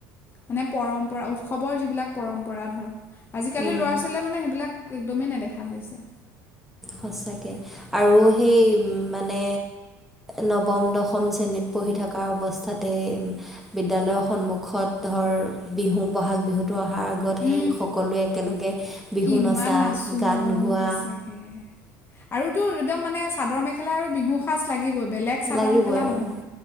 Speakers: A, on the left; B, in the centre.
A: মানে পৰম্পৰা- উৎসৱৰ যিবিলাক পৰম্পৰা ধৰ। আজিকালি
B: উম
A: ল'ৰা-ছোৱালীয়ে মানে সেইবিলাক একদমে নেদেখা হৈছে।
B: সঁচাকে আৰু সেই মানে নৱম, দশম শ্ৰেণীত পঢ়ি থকা অৱস্থাতে বিদ্যালয়ৰ সন্মুখত ধৰ, বিহু- বহাগ বিহুত টো অহাৰ আগত
A: উম
B: সেই সকলোৱে একেলগে বিহু
A: কিমান
B: নচা,
A: নাচো
B: গান গোৱা
A: <inaudible> আৰু তো একদম মানে চাদৰ মেখেলা আৰু বিহু সাজ লাগিবই। বেলেগ চাদৰ
B: লাগিবই
A: মেখেলা
B: আৰু
A: নহব,